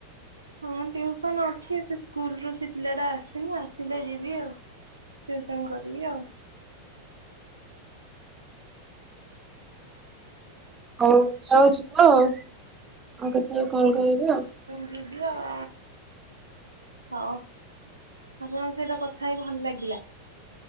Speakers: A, on the right; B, on the right.
A: ହଁ ଟିଉସନ ଅଛି ସେ ସ୍କୁଲୁ ସେ ପିଲାଟା ଆସିନି ଆସିଲେ ଯିବି ଆଉ। ଟିଉସନ କରିବି ଆଉ।
B: ହଉ ଯାଉ ଯିବ ଆଉ କେତେବେଳେ କଲ୍ କରିବି ଆଉ।
A: ଭିଡ଼ିଓ। ହଁ ଆପଣଙ୍କ ସହିତ କଥା ହେଇ ଭଲ ଲାଗିଲା।